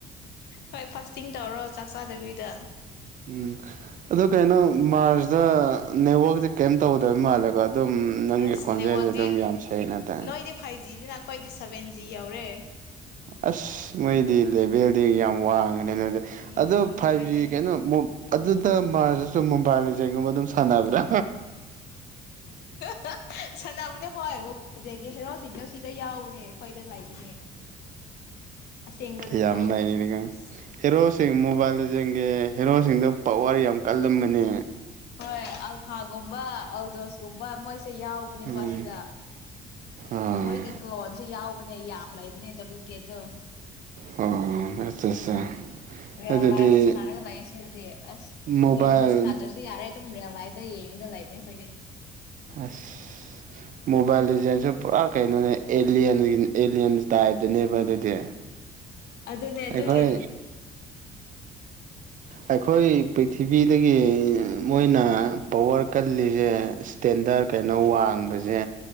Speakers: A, on the left; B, on the right.
A: ꯍꯣꯏ ꯐꯥꯁꯇꯤꯡ ꯇꯧꯔꯣ ꯆꯥꯛ ꯆꯥꯗꯕꯤꯗ
B: ꯎꯝ ꯑꯗ ꯀꯩꯅꯣ ꯃꯥꯔꯁꯇ ꯅꯦꯠꯋꯥꯛꯁꯦ ꯀꯩꯝ ꯇꯧꯒꯗꯕ ꯃꯥꯜꯂꯦꯀꯣ ꯑꯗꯨꯝ ꯅꯪꯒꯤ
A: ꯑꯁ
B: ꯈꯣꯟꯖꯦꯜꯁꯦ
A: ꯅꯦꯠꯋꯥꯛꯇꯤ
B: ꯑꯗꯨꯝ ꯌꯥꯝ ꯁꯦꯡꯅ ꯇꯦ
A: ꯅꯣꯏꯗꯤ ꯐꯥꯏꯚ ꯖꯤꯅꯤꯅ ꯑꯩꯈꯣꯏꯗꯤ ꯁꯚꯦꯟ ꯖꯤ ꯌꯧꯔꯦ
B: ꯑꯁ ꯃꯣꯏꯗꯤ ꯂꯦꯚꯦꯜꯗꯤ ꯌꯥꯝ ꯋꯥꯡꯉꯦ
A: ꯎꯝ
B: ꯐꯥꯏꯚ
A: ꯍꯣꯏꯅꯦ
B: ꯀꯩꯅꯣ ꯑꯗꯨꯗ ꯃꯣꯕꯥ ꯖꯩꯒꯨꯝꯕ ꯑꯗꯨꯝ ꯁꯥꯟꯅꯕ꯭ꯔꯥ
A: ꯑ ꯁꯥꯟꯅꯕꯅꯦ ꯍꯣꯏꯕ ꯐꯖꯒꯦ ꯍꯦꯔꯣꯁꯤꯡꯗꯣ ꯁꯤꯗ ꯌꯥꯎꯕꯅꯦ ꯑꯩꯈꯣꯏꯗ ꯂꯩꯕꯅꯦ ꯑꯁꯦꯡꯕꯗꯀꯣ
B: ꯑ ꯌꯥꯝꯅꯒ
A: ꯑꯁ
B: ꯍꯔꯣꯁ ꯃꯣꯕꯥꯏꯜ ꯌꯦꯡꯒꯤꯦ ꯍꯦꯔꯣꯁꯤꯡꯗ ꯄ ꯋꯥꯔꯤ ꯌꯥꯝ ꯀꯜꯂꯝꯕꯅꯦ
A: ꯍꯣꯏ ꯑꯜꯐꯥꯒꯨꯝꯕ ꯑꯜꯗꯣꯁꯀꯨꯝꯕ ꯃꯣꯏꯁꯦ ꯌꯥꯎꯕꯅꯦꯕ
B: ꯎꯝ
A: ꯁꯤꯗ
B: ꯑꯥ
A: ꯃꯣꯏꯒꯤ ꯀ꯭ꯂꯂꯣꯟꯁꯨ ꯌꯥꯎꯕ ꯍꯅꯦ ꯌꯥꯝ ꯂꯩꯕꯅꯦ ꯗꯕ꯭ꯂꯤꯎ ꯀꯦꯗ
B: ꯑꯣ ꯑꯠꯆꯥ ꯑꯠꯆꯥ
A: ꯔꯤꯌꯦꯜ
B: ꯑꯗꯨꯗꯤ
A: ꯂꯥꯏꯐꯇ ꯁꯥꯟꯅꯔꯒ ꯂꯥꯛꯑꯦ ꯁꯤꯗꯗꯤ ꯑꯁ
B: ꯃꯣꯕꯥꯏꯜ
A: ꯒꯦꯝꯗ ꯁꯥꯟꯅꯗ꯭ꯔꯁꯨ ꯌꯥꯔꯦ ꯑꯗꯨꯝ ꯔꯤꯌꯦꯜ ꯂꯥꯏꯐ ꯏꯇ ꯌꯦꯡꯅꯤꯡꯒ ꯂꯩꯕꯅꯦ ꯑꯩ ꯐꯣꯏꯔꯦ
B: ꯑꯁ ꯃꯣꯕꯥꯏꯜ ꯗꯤꯖꯥꯏꯟꯁꯨ ꯄꯨꯔꯥ ꯀꯩꯅꯣꯅꯦ ꯑꯦꯌꯟꯒꯤ ꯑꯦꯂꯤꯌꯟ ꯇꯥꯏꯞꯇꯅꯦꯕ ꯑꯗꯨꯗꯤ
A: ꯑꯗꯨꯅꯦ
B: ꯑꯩꯈꯣꯏ
A: ꯑꯗꯨꯒꯤꯅꯦ
B: ꯑꯩꯈꯣꯏ ꯄ꯭ꯔꯤꯊꯤꯕꯤꯗꯒꯤ ꯃꯣꯏꯅ ꯄꯋꯥꯔ ꯀꯜꯂꯤꯁꯦ ꯏꯁꯇꯦꯟꯗꯔꯠ ꯀꯩꯅꯣ ꯋꯥꯡꯕꯁꯦ